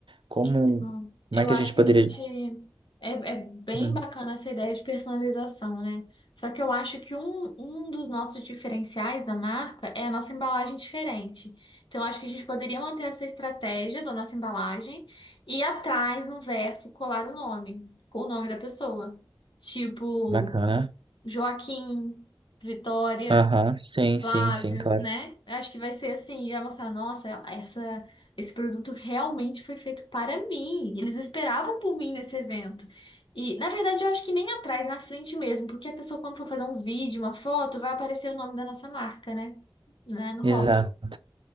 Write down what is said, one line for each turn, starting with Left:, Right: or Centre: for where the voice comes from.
Right: Como,
Left: Então,
Right: como
Left: eu
Right: é que
Left: acho
Right: a gente
Left: que
Right: poderia.
Left: a gente. É, é bem
Right: Hum,
Left: bacana essa ideia de personalização, né? Só que eu acho que um, um dos nossos diferenciais da marca é a nossa embalagem diferente. Então, eu acho que a gente poderia manter essa estratégia da nossa embalagem e atrás, no verso, colar o nome, com o nome da pessoa. Tipo,
Right: bacana.
Left: Joaquim, Vitória.
Right: Aham, sim,
Left: Flávio,
Right: sim, sim, claro.
Left: né? Eu acho que vai ser assim, vai mostrar, nossa, essa, esse produto realmente foi feito para mim. Eles esperavam por mim nesse evento. E, na verdade, eu acho que nem atrás, na frente mesmo, porque a pessoa, quando for fazer um vídeo, uma foto, vai aparecer o nome da nossa marca, né? Né? No
Right: Exato.
Left: rótulo.